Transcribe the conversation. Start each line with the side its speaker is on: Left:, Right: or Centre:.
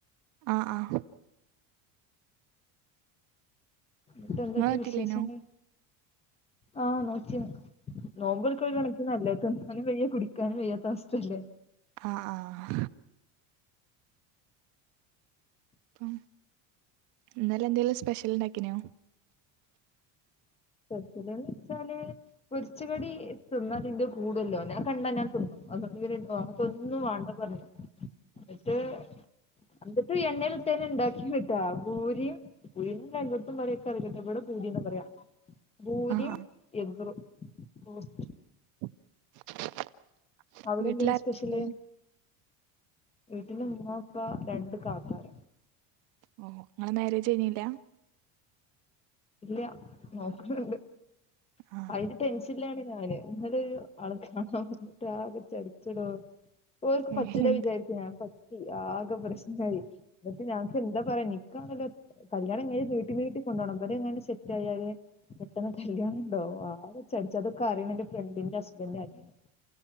Right: ആഹ ആഹ
Left: ഇത എന്തൊക്കെ
Right: ഇങ്ങള് നോറ്റില്ലേനോ
Left: വിശേഷങ്ങൾ ആഹ നോറ്റി നോമ്പ് പിടിക്കുന്ന ഒരു കണക്കിന് നല്ലത്, തിന്നാനും വയ്യ കുടിക്കാനും വയ്യാത്ത അവസ്ഥയല്ലേ.
Right: ആ, ആ അപ്പം ഇന്നലെ എന്തെിലും സ്പെഷ്യൽ ഉണ്ടാക്കിനോ
Left: ഇന്നലെ വെച്ചാല് പൊരിച്ച കടി തിന്നാലിന്റെ കൂടല്ലോ, ഞാൻ പണ്ട് അങ്ങനെ തിന്നു. അതൊന്നും വേണ്ട പറഞ്ഞു എന്നിട്ട് എന്നിട്ട് എണ്ണയിൽ ഇട്ട് തന്നെ ഉണ്ടാക്കി കേട്ടാ പൂരിയും, പൂരീന്ന് തന്നെ എല്ലായിടത്തും പറയ, എനിക്കറിയില്ല കേട്ടാ, ഇവിടെ പൂരിന്ന പൂരിയും
Right: ആഹ് ആഹ്
Left: എഗ്ഗ് റോസ്റ്റും
Right: <unintelligible>
Left: അവിടെ
Right: വീട്ടിലാരൊക്കെണ്ട്
Left: എന്താരുന്നു സ്പെഷ്യല്. ഇവിടെ മൂങ്ങക്ക രണ്ട് കാക്കാര.
Right: ഓ, നിങ്ങടെ മാരേജ് കഴിഞ്ഞില്ല
Left: ഇല്ല, നോക്കുന്നുണ്ട്
Right: ആഹ്
Left: അതിന്റെ ടെൻഷനിലാണ്. ഞാന്, <unintelligible> കാണാൻ വന്നിട്ട് ആകെ ചടച്ചടോ ഓർക്ക് പറ്റൂലാ
Right: ഏഹ് എന്ത്
Left: വിചാരിച്ച് ഞാൻ പറ്റി, ആകെ പ്രശ്നായി എന്നിട്ട് <unintelligible> എന്താ പറയാ നിക്ക് കാണല്ലോ കല്യാണം കഴിഞ്ഞ് നീട്ടി നീട്ടി അവരങ്ങനെ സെറ്റ് ആയി അവര് പെട്ടെന്ന് കല്യാണണ്ടോ ആകെ ചടച്ച് അതൊക്കെ അറിയുന്ന എൻ്റെ ഫ്രണ്ടിന്റെ ഹസ്ബൻഡ് ൻ്റെ അനിയന്